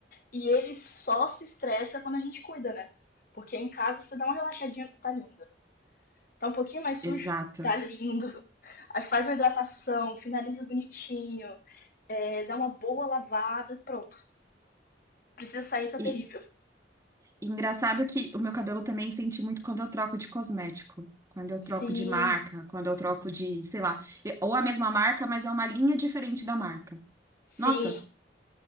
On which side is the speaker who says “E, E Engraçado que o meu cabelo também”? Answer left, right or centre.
Right